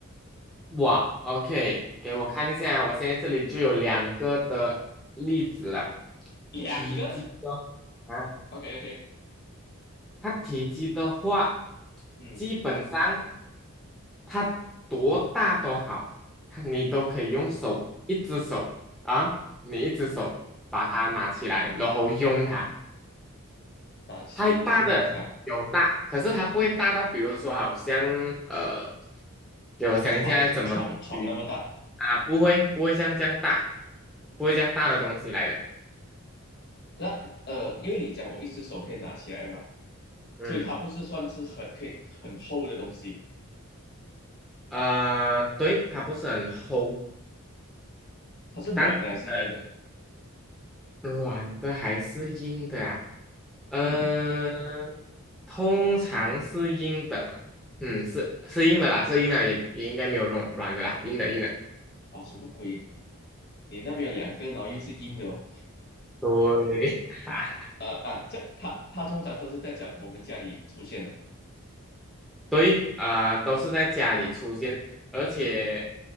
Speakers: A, in the centre; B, on the left.
A: 哇，OK，给我看一下，我现在这里就有两个的例子了。
B: 两个
A: 体积哦，啊。
B: ？OK OK，
A: 它体积的话，
B: 嗯
A: 基本上它多大都好，它你都可以用手，一只手啊，你一只手把它拿起来，
B: 嗯，
A: 然后用它。
B: 打起来用它，
A: 太大的有大，可是它不会大到，比如说好像呃，给我想一下怎么举
B: 床这床床那么大。
A: 啊，不会不会像这样大，不会这样大的东西来的。
B: 那呃，因为你讲我一只手可以拿起来嘛，
A: 嗯，
B: 所以它不是算是很可以很厚的东西，
A: 呃，对，它不是很厚，
B: 它是软的还是硬的？
A: 但呃软的还是硬的啊？呃，
B: 嗯，
A: 通常是硬的，嗯，是是硬的啦，是硬的，也也应该没有这种软的啦，硬的硬的。
B: 啊，什么鬼？你那边有两个，然后又是硬的哦。
A: 对，<laughs>
B: 呃啊，这它它通常都是在讲我们家里出现的。
A: 所以呃，都是在家里出现，而且